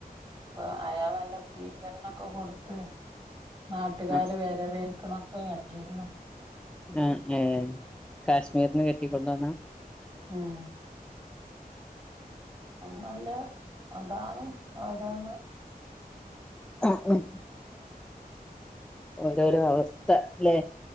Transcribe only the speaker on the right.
പ്പൊ അയാളല്ല സീകരണൊ ക്കെ കൊടുത്ത് നാട്ടുകാര്
വെരവേൽ ക്ണൊകെ അണ്ടിരുന്നു
ആഹ് അന്നല്ല അതാണ് അതാണ്